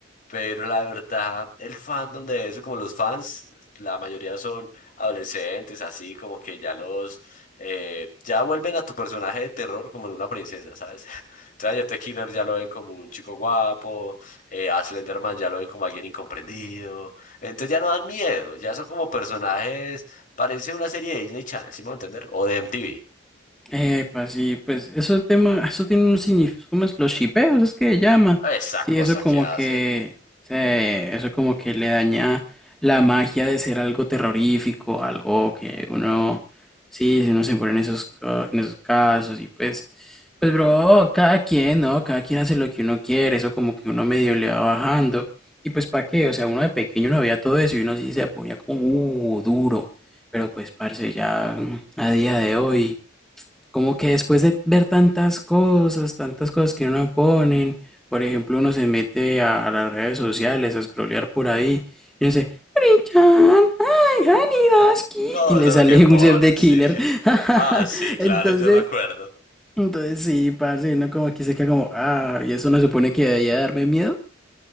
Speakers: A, on the left; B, in the centre.
A: Pero la verdad, el fandom de eso, como los fans, la mayoría son adolescentes, así como que ya los, eh, ya vuelven a tu personaje de terror como en una princesa, ¿sabes? <laughs> Entonces a Jeff the Killer ya lo ven como un chico guapo, eh, a Slenderman ya lo ven como alguien incomprendido. Entonces ya no dan miedo, ya son como personajes, parece una serie de Disney Channel, ¿sí me voy a entender? O de MTV.
B: Eh, pues sí, pues eso tema, eso tiene un significado, ¿cómo es? Los shipeos, es que llama.
A: Esas
B: Sí,
A: cosas
B: eso como
A: que hacen.
B: que se, eso como que le daña la magia de ser algo terrorífico, algo que uno, sí, si uno se pone en esos, ca- en esos casos y pues, pues bro, cada quien, ¿no? Cada quien hace lo que uno quiere, eso como que uno medio le va bajando. Y pues ¿para qué? O sea, uno de pequeño no veía todo eso y uno sí se ponía como, uh, duro. Pero pues, parce, ya mm, a día de hoy. Como que después de ver tantas cosas, tantas cosas que uno ponen, por ejemplo, uno se mete a, a las redes sociales a scrollear por ahí y dice, Richard, ay, Hanidaski,
A: <laughs> Todo
B: y le
A: eso es
B: sale
A: lo que ponen,
B: <laughs> un Jeff the Killer.
A: sí. <laughs>
B: <laughs>
A: Ah, sí, claro,
B: Entonces,
A: yo me acuerdo.
B: entonces sí, parce, uno como que se queda como, ah, y eso no supone que debería darme miedo.